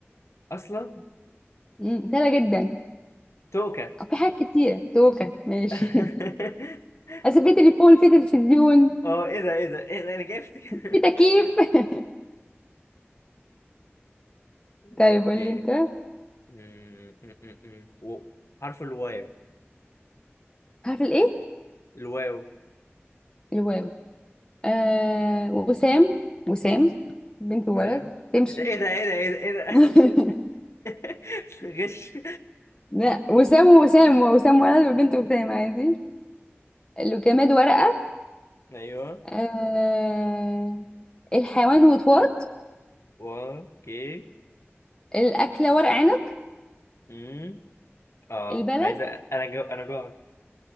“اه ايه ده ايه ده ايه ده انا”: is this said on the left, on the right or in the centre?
Left